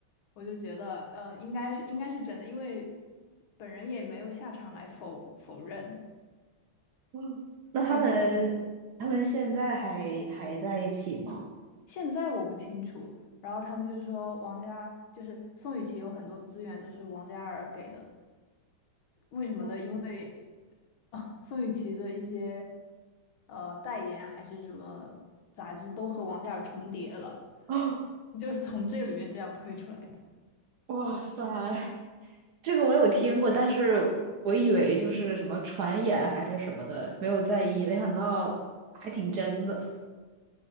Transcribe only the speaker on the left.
我就觉得呃应该是应该是真的，因为本人也没有下场来否否认。
而且。现在我不清楚。然后他们就说王嘉就是宋雨琦有很多资源都是王嘉尔给的，为什么呢？
因为啊，宋雨琦的一些呃代言啊还是什么杂志都和王嘉尔重叠了，
<laughs> 就是从这个里面这样推出来的。